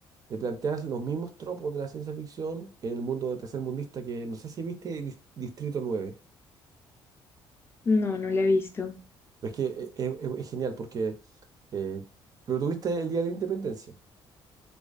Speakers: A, on the right; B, on the left.
A: de plantear los mismos tropos de la ciencia ficción en el mundo tercermundista, que no sé si viste Dis- Distrito Nueve,
B: No, no lo he visto.
A: pero es que e- e- e- es, genial porque... eh, pero tuviste el Día de la Independencia.